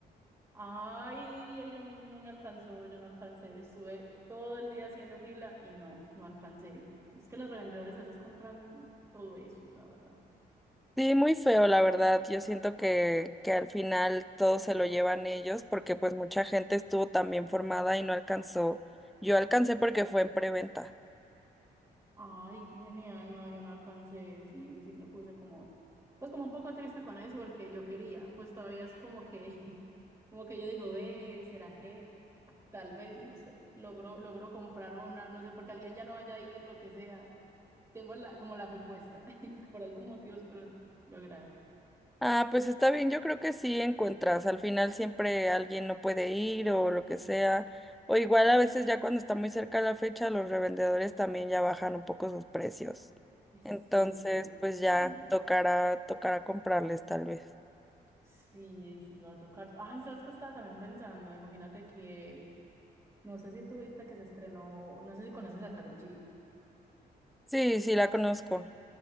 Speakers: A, on the right (about 15°); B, in the centre.
A: Ay, ay, yo me no me alcanzó, yo no alcancé. Estuve todo el día haciendo fila y no, no alcancé. Es que los revendedores a veces compran todo eso, la verdad.
B: Sí, muy feo, la verdad. Yo siento que, que al final todo se lo llevan ellos porque pues mucha gente estuvo también formada y no alcanzó. Yo alcancé porque fue en preventa.
A: Ay, qué genial. No, yo no alcancé, sí, sí me puse como, pues como un poco triste con eso porque yo quería, pues todavía es como que, <laughs> como que yo digo, ve, ¿será que tal vez, no sé, logro, logro comprar una, no sé, porque alguien ya no vaya a ir, lo que sea. Tengo la, como la fe puesta, <laughs> por algún motivo espero lograr.
B: Ah, pues está bien, yo creo que sí encuentras, al final siempre alguien no puede ir o lo que sea, o igual a veces ya cuando está muy cerca la fecha, los revendedores también ya bajan un poco sus precios.
A: Y Sí,
B: Entonces,
A: es que,
B: pues ya
A: bueno,
B: tocará, tocará comprarles tal vez.
A: sí, sí va a tocar. Ay, ¿sabes qué estaba también pensando? Imagínate que, no sé si tú viste que se estrenó, no sé si conoces a Karol G.
B: Sí, sí la conozco.